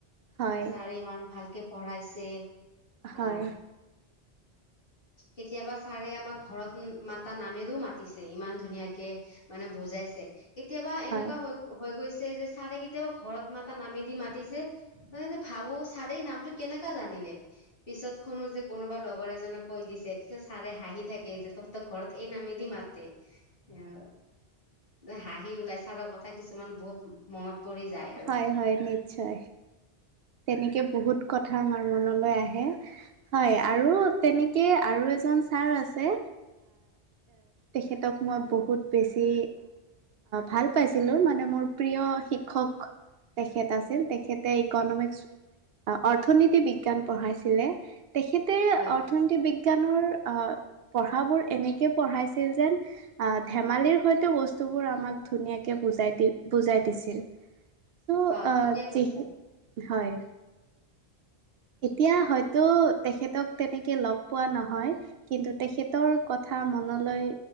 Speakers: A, on the right; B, on the left.
A: হয়
B: আ ছাৰে ইমান ভালকে পঢ়াইছে।
A: হয়।
B: আহ কেতিয়াবা ছাৰে আমাক ঘৰত মাতা নামেদি মাতিছে ইমান ধুনীয়াকে মানে বুজাইছে। কেতিয়াবা এনেকুৱা
A: হয়
B: হৈ-হৈ গৈছে যে ছাৰে কেতিয়াবা ঘৰত মাতা নামেদি মাতিছে, ভাবো ছাৰে নামটো কেনেকা জানিলে, পিছত শুনো যে কোনোবা লগৰ এজনক কৈ দিছে। পিছত ছাৰে হাঁহি থাকে যে তহঁতৰ ঘৰত এই নামেদি মাতে। এ হাঁহি ওলাই ছাৰৰ কথা কিছুমান বহুত মনত পৰি যায় আৰু
A: হয় হয় নিশ্চয়। তেনেকে বহুত কথা আমাৰ মনলৈ আহে হয়, আৰু তেনেকে আৰু এজন ছাৰ আছে, তেখেতক মই বহুত বেছি ভাল পাইছিলোঁ মানে মোৰ প্ৰিয় শিক্ষক তেখেত আছিল। তেখেতে ইকনমিক অৰ্থনীতি বিজ্ঞান পঢ়াইছিলে। তেখেতে
B: হয়
A: অৰ্থনৈতি বি - বিজ্ঞানৰ আহ পঢ়াবোৰ এনেকে পঢ়াইছিল যেন, আহ ধেমালিৰ সৈতে বস্তুবোৰ আমাক ধুনীয়াকে বুজাই দি বুজাই দিছিল। চ'
B: হয়
A: আহ
B: ঠিকে কৈছা
A: য, হয়। এতিয়া হয়তো, তেখেতক তেনেকে লগ পোৱা নহয়। কিন্তু তেখেতৰ কথা মনলৈ